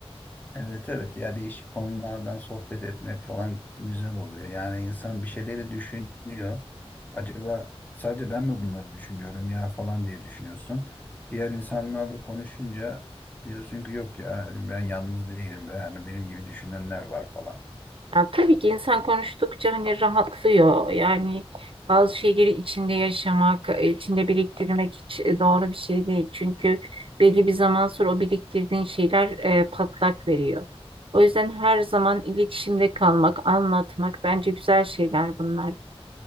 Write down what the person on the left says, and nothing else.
Evet evet ya değişik konulardan sohbet etmek falan güzel oluyor. Yani insan bir şeyleri düşünüyor. Acaba sadece ben mi bunları düşünüyorum ya falan diye düşünüyorsun. Diğer insanlarla konuşunca diyorsun ki yok ya ben yalnız değilim. Yani benim gibi düşünenler var falan.